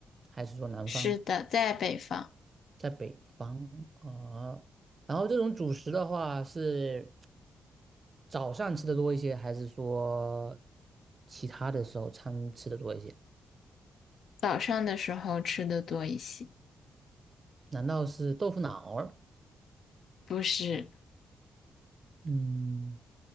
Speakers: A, on the right; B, on the left.
A: 还是说南方？
B: 是的，在北方，
A: 在北方啊，然后这种主食的话是早上吃的多一些，还是说其他的时候餐吃的多一些？
B: 早上的时候吃的多一些，
A: 难道是豆腐脑儿？
B: 不是，
A: 嗯，